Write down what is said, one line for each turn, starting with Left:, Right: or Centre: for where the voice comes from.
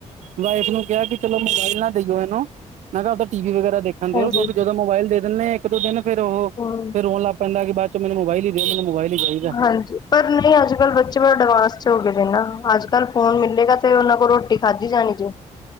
Right: ਵਾਈਫ ਨੂੰ ਕਿਹਾ ਕਿ ਚਲੋ ਮੋਬਾਈਲ ਨਾ ਦੇਈਓ ਇਹਨੂੰ ਮੈਂ ਕਿਹਾ ਉਦਾ ਟੀ ਵੀ ਵਗੈਰਾ ਦੇਖ। ਨ ਦੇਓ
Left: ਹਾਂਜੀ
Right: ਉਹ ਕਿਂ ਜਦੋਂ ਮੋਬਾਇਲ ਦੇ ਦਿੰਦੇ ਇੱਕ ਦੋ ਦਿਨ ਫੇਰ ਉਹ
Left: ਹੂੰ
Right: ਫਿਰ ਰੋਣ ਲ ਪੈਂਦਾ ਕਿ ਬਾਅਦ ਮੋਬਾਈਲ ਹੀ ਦੇਓ ਮੈਨੂੰ ਮੋਬਾਈਲ ਹੀ ਚਾਹੀਦਾ
Left: ਹਾਂਜੀ। ਪਰ ਨਹੀਂ ਅੱਜ ਕੱਲ੍ਹ ਬੱਚੇ ਬ ਅਡਵਾਂਸ ਚ ਹੋ ਗਏ ਦੇ ਨਾ ਅੱਜ ਕੱਲ ਫੋਨ ਮਿਲੇਗਾ ਤੇ ਉਹਨਾਂ ਕੋਲ ਰੋਟੀ ਖਾਧੀ ਜਾਣੀ ਜੇ।